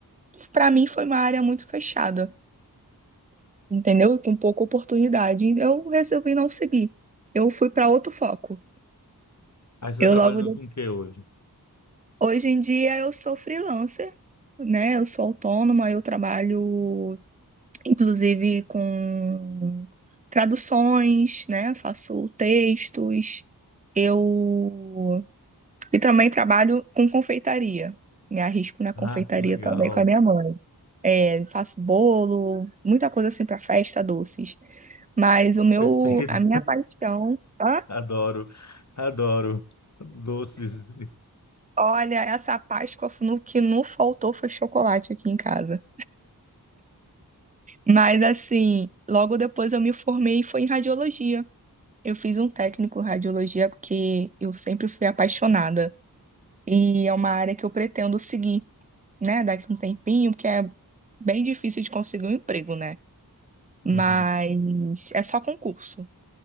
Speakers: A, on the right; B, on the left.
A: para mim foi uma área muito fechada, entendeu? Com pouca oportunidade. Eu resolvi não seguir. Eu fui para outro foco.
B: Aí você
A: Eu
B: está trabalhando
A: logo de-
B: com o que hoje?
A: hoje em dia eu sou freelancer, né? Eu sou autônoma, eu trabalho inclusive com traduções, né? Faço textos. Eu E também trabalho com confeitaria. Me arrisco na confeitaria
B: Ah, que legal.
A: também com a minha mãe. É, faço bolo, muita coisa assim para festa, doces. Mas o meu,
B: Perfeito.
A: a minha paixão,
B: <laughs>
A: Hã?
B: Adoro, adoro doces. <laughs>
A: olha, essa Páscoa no que não faltou foi chocolate aqui em casa. Mas assim, logo depois eu me formei e foi em radiologia. Eu fiz um técnico em radiologia porque eu sempre fui apaixonada e é uma área que eu pretendo seguir. né, daqui a um tempinho, porque é bem difícil de conseguir um emprego, né?
B: Uhum.
A: Mas é só concurso.